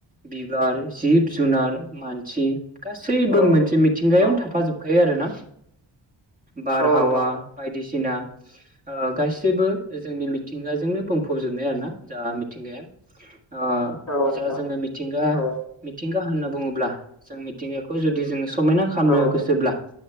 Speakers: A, on the right (about 20°); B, on the left (about 40°).
A: बिबार जिब जुनार मानसि गासैबो
B: औ
A: मोनसे मिथिंगायावनो
B: औ
A: थाफाजोबखायो आरोना बारहावा
B: औ नोंथां
A: बायदिसि ना गासैबो जोंनि मिथिंगाजोंनो बुंफबजोबनाय आरोना जा मिथिंगाया ओ
B: औ नोंथां
A: जा जोङो मिथिंगा
B: औ
A: मिथिंगा होनना बुङोब्ला जों मिथिंगाखौ जुदि जोङो समायना खालामनो
B: औ
A: गोसोब्ला